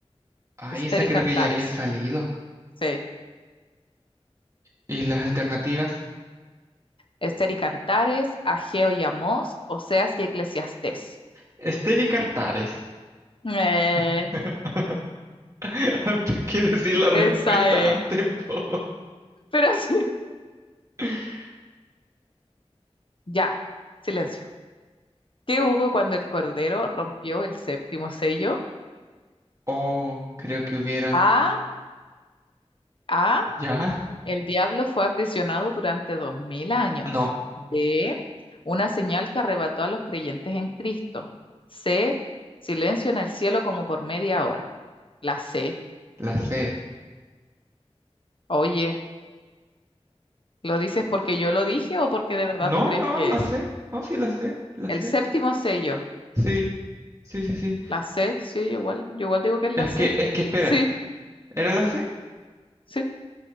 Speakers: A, on the right (about 30°); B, on the left (about 50°).
A: Ay,
B: Esther
A: esa
B: y
A: creo
B: Cantares.
A: que ya había salido.
B: Sí.
A: ¿Y las alternativas?
B: Esther y Cantares, Ageo y Amós, Oseas y Eclesiastés.
A: Esther y Cantares.
B: Eh,
A: <laughs> ¿Para qué decir la respuesta
B: esa es.
A: antes, po?
B: Pero <laughs> sí.
A: <laughs>
B: Ya, silencio. ¿Qué hubo cuando el Cordero rompió el séptimo sello?
A: Oh, creo que hubieron...
B: A, A,
A: ¿Ya?
B: El diablo fue aprisionado durante dos mil años
A: No,
B: D una señal que arrebató a los creyentes en Cristo. C, silencio en el cielo como por media hora. La C,
A: la C.
B: oye, ¿lo dices porque yo lo dije o porque de verdad
A: No,
B: tú crees
A: no,
B: que
A: la
B: es?
A: C. No, sí, la C, la
B: El
A: C.
B: séptimo sello,
A: Sí, sí, sí, sí.
B: la C, sí, yo igual, yo igual digo que es la
A: Es
B: C.
A: que, es que espérate,
B: Sí,
A: ¿era la C?
B: sí.